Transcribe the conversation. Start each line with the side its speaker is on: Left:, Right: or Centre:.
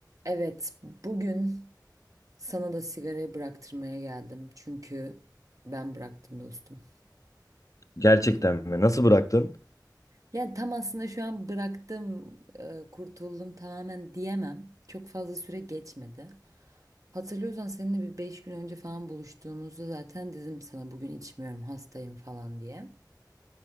Right: Evet, bugün sana da sigarayı bıraktırmaya geldim. Çünkü ben bıraktım dostum.
Left: Gerçekten mi? Nasıl bıraktın?
Right: Yani tam aslında şu an bıraktım, e, kurtuldum tamamen diyemem. Çok fazla süre geçmedi. Hatırlıyorsan seninle bir 5 gün önce falan buluştuğumuzda zaten dedim sana bugün içmiyorum, hastayım falan diye.